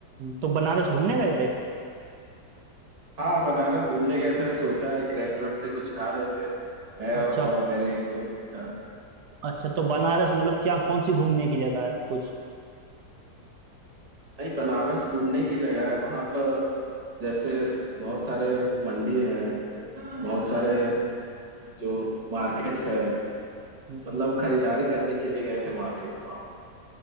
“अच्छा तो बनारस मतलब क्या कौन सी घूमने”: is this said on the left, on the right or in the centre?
Right